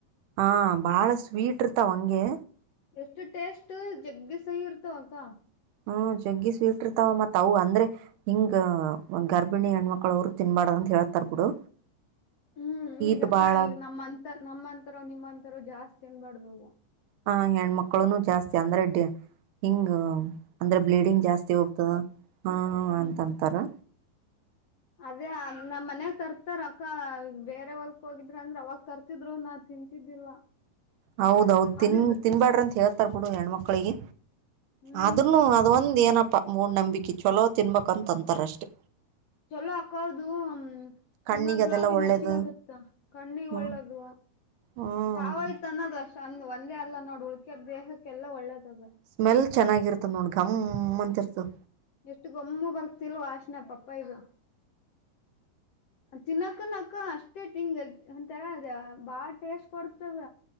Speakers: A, on the right; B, on the left.
A: ಹ ಬಾಳ ಸ್ವೀಟ್ ಇರ್ತಾವ ಹಂಗೆ.
B: ಎಷ್ಟ ಟೇಸ್ಟ್ ಜಗ್ಬಿ ಸೈಯಿ ಇರ್ತವ ಅಕ್ಕ.
A: ಹ್ಮ ಜಗ್ಗಿ ಸ್ವೀಟ್ ಇಟ್ಟಿರ್ತಾವ ಮತ್ತ ಅವು ಅಂದ್ರೆ, ಹಿಂಗ ಗರ್ಭಿಣಿ ಹೆಣ್ಮಕ್ಳ ಅವ್ರು ತಿನ್ಬಡದಂತ ಹೇಳ್ತಾರ್ ಬಿಡು.
B: ಹ್ಮ್
A: ಹೀಟ್
B: ಈಗಕ್ಕ
A: ಬಾಳ
B: ಈಗ ನಮ್ಮಂತ ನಮ್ಮಂತರ ನಿಮ್ಮಂತರ ಜಾಸ್ತಿ ತಿನ್ಬ್ಯಾಡದ್ ಅವು.
A: ಹ ಹೆಣ್ಮಕ್ಳುನು ಜಾಸ್ತಿ ಅಂದ್ರ ಡಿ ಹಿಂಗ ಅಂದ್ರ ಬ್ಲೀಡ್ ಗ್ ಜಾಸ್ತಿ ಹೋಗ್ತದ ಹ್ಮ್ ಹ್ಮ್ಅಂತ
B: ಹ್ಮ್
A: ಅಂಥರಾ.
B: ಅದೇ ನಮ್ಮ ಮನ್ಯಾಗ ತರ್ತಾರ ಅಕ್ಕ ಬೇರೆ ಹೊಲ್ಕ್ ಹೋಗಿದ್ರ ಅಂದ್ರ ಅವಾಗ ತರ್ತಿದ್ರು. ನ ತಿಂತಿದ್ದಿಲ್ಲ.
A: ಹೌದೌದ ತಿನ್
B: ಅದು
A: ತಿನ್ಬ್ಯಾಡ್ರ ಅಂತ ಹೇಳ್ತರ್ ಬಿಡು ಹೆಣ್ಮಕ್ಳಿಗಿ.
B: ಹ್ಮ್
A: ಆದ್ರನೂ ಅದ ಒಂದ್ ಏನಪ್ಪ ಮೂಡ್ ನಂಬಿಕೆ ಚಲೋ ತಿನ್ಬೇಕಕ್ಂತ ಅಂತಾರ ಅಷ್ಟೇ.
B: ಚಲೋ ಅಕ್ಕ ಅದು.
A: ಕಣ್ಣಿಗೆ
B: ಹಿಮಾಗ್ಲೋಬಿನ್
A: ಅದೆಲ್ಲ ಒಳ್ಳೇದು
B: ಹೇಚ್ಚಿಗಿಗಾಗುತ್ತಾ ಕಣ್ಣಿಗಿ
A: ಹ್ಮ್
B: ಒಳ್ಳೆದ್.
A: ಹ್ಮ್
B: ಕಾವ್ ತನ್ನದ ಅಷ್ಟ ಒಂದ ಒಂದೇ ಅಲ್ಲ ನೋಡ್ ಉಳ್ಕ ದೇಹಕ್ಕೆ ಎಲ್ಲ ಒಳ್ಳೇದ ಅದ್.
A: ಸ್ಮೆಲ್ ಚೆನ್ನಾಗಿರ್ತದ ನೋಡ್ ಘಮ ಅಂತಿರ್ತದ.
B: ಎಷ್ಟು ಗೊಮ್ಮು ಬರ್ತಿಲ್ಲ ವಾಶನೆ ಪಪ್ಪಯಿದ್. ತಿನ್ನಕ್ಕನಕ್ಕ ಅಷ್ಟೇ ಹಂಗ ಒಂಥರ ಅದ ಬಾಳ ಟೇಸ್ಟ್ ಕೊಡ್ತದ.